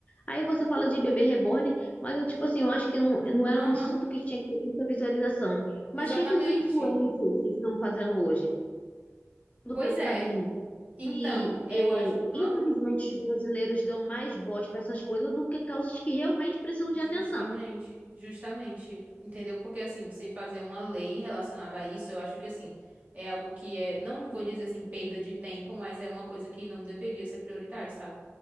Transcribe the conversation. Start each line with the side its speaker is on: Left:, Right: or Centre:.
Left: Aí você fala de bebê reborn, mas eu, tipo assim, eu acho que não, não era
Right: Aham,
Left: um assunto que tinha que ter muita visualização. Mas
Right: exatamente.
Left: o que que os influencers estão fazendo hoje? Indo
Right: Pois
Left: pelo
Right: é.
Left: caminho
Right: Então,
Left: e
Right: eu
Left: é,
Right: acho. Hã?
Left: infelizmente, os brasileiros dão mais voz para essas coisas do que causas que realmente precisam de
Right: Justamente,
Left: atenção.
Right: justamente, entendeu? Porque assim, você fazer uma lei relacionada a isso, eu acho que assim, é algo que é, não vou dizer assim, perda de tempo, mas é uma coisa que não deveria ser prioridade, sabe?